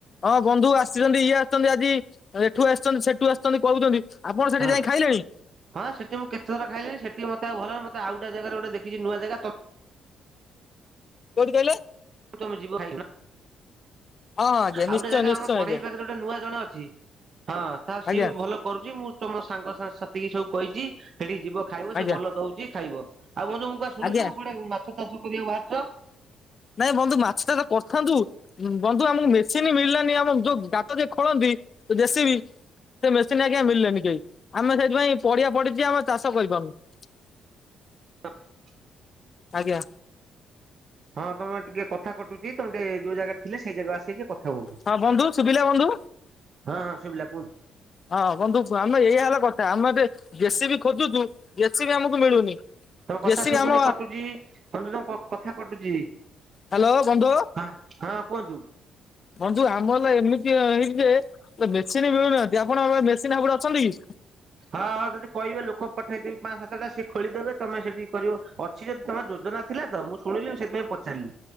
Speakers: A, on the left (about 45°); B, on the right (about 50°).
A: ହଁ ବନ୍ଧୁ ଆସିଛନ୍ତି। ଇଏ ଆସିଛନ୍ତି ଆଜି ଏଠୁ ଆସିଛନ୍ତି ସେଠୁ ଆସିଛନ୍ତି କହୁଛନ୍ତି। ଆପଣ ସେଠି
B: ହଁ
A: ଯାଇ ଖାଇଲେଣି?
B: ହଁ ସେଠି ମୁଁ କେତେଥର ଖାଇଲିଣି। ସେଠି ମତେ ଆଉ ଭଲ ଲାଗିଲାନି ମତେ ଆଉଟା ଜାଗାରୁ ଗୋଟ ଦେଖିଛି ନୂଆ ଜାଗା। ତ
A: କୋଉଠି କହିଲେ?
B: ତମେ ଯିବ ଖାଇବନା।
A: ହଁ ହଁ ଆଜ୍ଞା
B: ଆଉ
A: ନିଶ୍ଚୟ
B: ଗୋଟେ ଜାଗା
A: ନିଶ୍ଚୟ
B: ଆମ କଢେଇ
A: ଆଜ୍ଞା
B: ପାଖରେ ଗୋଟେ ନୂଆ ଜଣେ ଅଛି। ହଁ ତ
A: ଆଜ୍ଞା
B: ସିଏ ବି ଭଲ କରୁଛି। ମୁଁ ସବୁ ମୋ ସାଙ୍ଗ ସା-ସାଥିକି ସବୁ କହିଛି ସେଇଠିକି ଯିବ। ଖାଇବ
A: ଆଜ୍ଞା
B: ସେ ଭଲ ଦଉଛି ଖାଇବ। ଆଉ ବନ୍ଧୁ ମୁଁ କୁଆଡେ ଶୁଣିଲି
A: ଆଜ୍ଞା।
B: ତମେ କୁଆଡେ ମାଛ ଚାଷ କରିବାକୁ ବାହାରିଛ।
A: ନାଇଁ ବନ୍ଧୁ ମାଛ ଚାଷ କରିଥାନ୍ତୁ। ବନ୍ଧୁ ଆମକୁ ମେସିନ ମିଳିଲାନି। ଆମେ ଯୋଉ ଗାତ ଯେ ଖୋଳନ୍ତି ଜେ ସି ବି। ସେ ମେସିନ୍ ଆଜ୍ଞା ମିଳିଲାନି କେହି। ଆମେ ସେଥିପାଇଁ ପଡିଆ ପଡିିଛି ଆମେ ଚାଷ କରିପାରୁନୁ। <inaudible>
B: <unintelligible>
A: ଆଜ୍ଞା।
B: ହଁ ତମେ ଟିକେ କଥା କଟୁଛିି। ତମେ ଟିକେ ଯୋଉ ଜାଗାରେ ଥିଲେ ସେଇ ଜାଗାକୁ ଆସିକି କ କଥା ହୁଅନ୍ତୁ
A: ହଁ ବନ୍ଧୁ ଶୁଭିଲା ବନ୍ଧୁ।
B: ହଁ ହଁ ଶୁବିଲା କୁହନ୍ତୁ।
A: ହଁ ବନ୍ଧୁ କୁହ ଆମେ ଏୟା ହେଲା କଥା ଆମେ ବି ଜେ ସିି ବି ଖୋଜୁଛୁ ଜେ ସିି ବି ଆମକୁ ମିଳୁନି।
B: ତମ
A: ଜେସିବି
B: କଥା ଶୁଗୁନି
A: ଆମ
B: କଟୁଛି। ତମେ ଯୋଉ କଥା କଟୁଛି।
A: ହ୍ୟାଲୋ ବନ୍ଧୁ।
B: ହଁ ହଁ କୁହନ୍ତୁ।
A: ବନ୍ଧୁ ଆମ ହେଲା ଏମିତି ହେଇଛି ଯେ ମେସିନ୍ ମିଳୁନାହାନ୍ତି। ଆପଣଙ୍କର ମେସିନ୍‌ ହେପଡେ ଅଛନ୍ତି କି?
B: ହଁ ହଁ ଯଦି କହିବେ ଲୋକ ପଠେଇଦବି ପାଆଁ ସାତଟା ସିଏ ଖୋଳିଦେବେ ତମେ ସେଠିକି କରିବ। ଅଛି ଯଦି ତମ ଯୋଜନା ଥିଲା ତ ମୁଁ ଶୁଣିଲି ମୁଁ ସେଥିପାଇଁ ପଚାରିଲି।